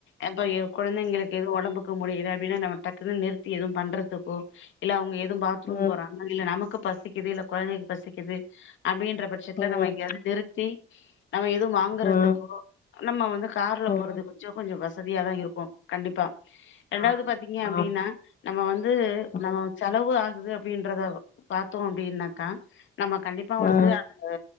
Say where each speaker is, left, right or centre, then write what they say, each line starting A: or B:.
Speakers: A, on the left; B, on the left.
A: அப்ப கொழந்தைங்களுக்கு எது ஒடம்புக்கு முடில அப்டின்னா நம்ம டக்குனு நிறுத்தி எது பண்றதுக்கோ இல்ல அவங்க எது பாத்ரூம்
B: ம்
A: போறாங்க இல்ல நமக்கு பசிக்குது இல்ல கொழந்தைக்கு பசிக்குது அப்டின்ற பட்சத்தில
B: ம்
A: நம்ம எங்கயாவது நிறுத் தி நம்ம எது வாங்குறதுக்கோ
B: ம்
A: நம்ம வந்து கார்ல போறது
B: ம்
A: கொஞ்ச கொஞ்சோ வசதியாதா இருக்கு கண்டிப்பா இரண்டாவது
B: ஆம்
A: பாத்தீங்க அப்டின்னா
B: ஆம்
A: நம்ம வந்து
B: ம்
A: நம்ம செலவு ஆகுது அப்டின்றத பாத்தோ அப்டின்னாக்கா நம்ம கண்டிப்பா
B: ம்
A: வந்து
B: ம்
A: அந்த